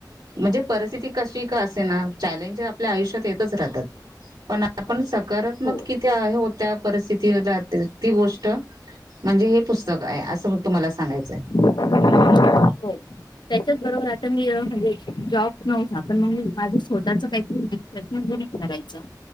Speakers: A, on the right; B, on the left.
A: म्हणजे परिस्थिती कशी का असेना, चॅलेंज आपल्या आयुष्यात येतच राहतात. पण आपण सकारात्मक
B: हो
A: कि होत्या. परिस्थिती <unintelligible> ती गोष्ट म्हणजे हे पुस्तक आहे असं तुम्हाला सांगायचाय.
B: हो. त्याच्याच बरोबर आता मी अ म्हणजे जॉब नव्हता, पण मग मी माझं स्वतःच काहीतरी <unintelligible> करायचं.